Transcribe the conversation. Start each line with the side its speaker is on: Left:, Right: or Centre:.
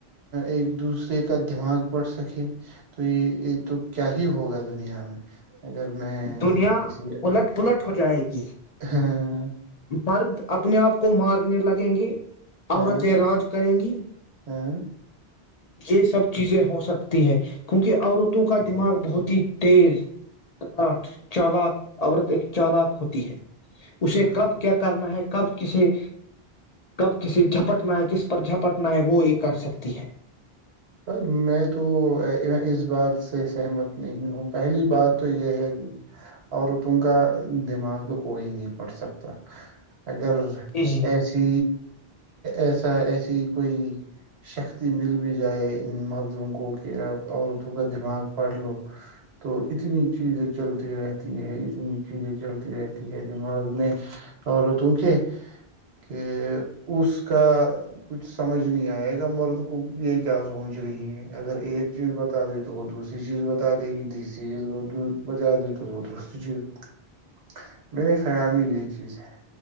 Right: ایک دوسرے کا دماغ پڑھ سکے تو یہ یہ تو کیا ہی ہوگا دنیا میں اگر میں
Left: دنیا
Right: کسی
Left: الٹ پلٹ ہو جائے گی
Right: ہاں
Left: مرد اپنے آپ کو مارنے لگیں گے
Right: ہاں
Left: عورتیں راج کریں گی
Right: ہاں
Left: یہ سب چیزیں ہوس سکتی ہے کیونکہ عورتوں کا دماغ بہت ہی تیزا چالاک عورت ایک چالک ہوتی ہے اسے
Right: ہاں
Left: کب کیا کرنا ہے کب کے کب کس جپٹنا ہے کس پر جھپٹنا ہے وہ یہ کر سکتی ہے
Right: پر میں تو اس بات سے سہمت نہیں ہوں پہلی بات تو یہ ہے کہ عورتوں کا دماغ تو کوئی نہیں پڑ سکتا اگر
Left: جی جی
Right: ایسی ایسا ایسی کوئی شکتی مل بھی جائے مردوں کو کہ عورتوں کا دماغ پڑھ لو تو اتنی چیزیں چلتی رہتی ہے اتنی چیزیں چلتی رہتی ہے دماغ میں عورتوں کے کہ اس کا کچھ سمجھ نہیں آئے گا مرد کی کیا سوچ رہی ہے اگر ایک چیز بتا دی تو وہ دوسری چیز بتا دے گی تیسری چیز بتا دی تو وہ دوسری چیز گ میرے خیال میں یہ چیز ہے